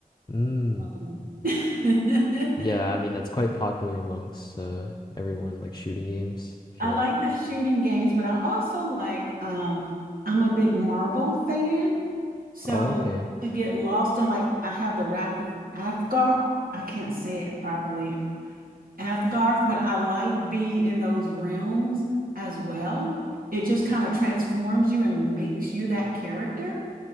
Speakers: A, on the left; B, on the right.
A: Mm,
B: Um, <laughs> I
A: Yeah, I mean that's quite popular amongst uh everyone like shooting games, I feel
B: like
A: like.
B: the shooting games, but I also like um, I'm a big Marvel fan. So
A: Oh, okay.
B: to get lost in like I have the Wrath of Athgar, I can't say it properly. Asgarth, but I like being in those realms as well. It just kind of transforms you and makes you that character.